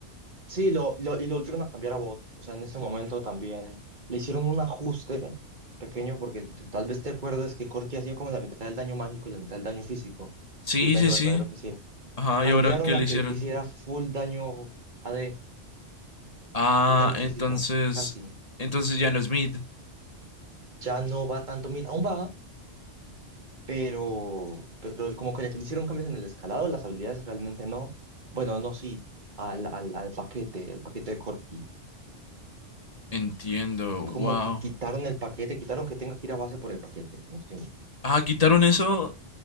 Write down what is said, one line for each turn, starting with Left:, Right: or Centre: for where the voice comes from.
Right: Sí, lo, lo, y lo volvieron a cambiar a bot. O sea, en ese momento también le hicieron un ajuste pequeño porque t- tal vez te acuerdas que Corki hacía como la mitad del daño mágico y la mitad del daño físico
Left: Sí,
Right: y el daño
Left: sí,
Right: verdadero
Left: sí.
Right: que hacía.
Left: Ajá,
Right: Cambiaron
Left: ¿y ahora qué
Right: a
Left: le hicieron?
Right: que hiciera full daño a AD,
Left: Ah,
Right: full daño
Left: entonces,
Right: físico, casi.
Left: entonces ya no es mid.
Right: Ya no va tanto, mira, aún va, pero, pero como que ya que le hicieron cambios en el escalado, las habilidades realmente no. Bueno, no, sí, al, al, al paquete, el paquete de Corki.
Left: Entiendo,
Right: como
Left: wow.
Right: que quitaron el paquete, quitaron que tenga que ir a base por el paquete. No estoy mal.
Left: Ah, quitaron eso.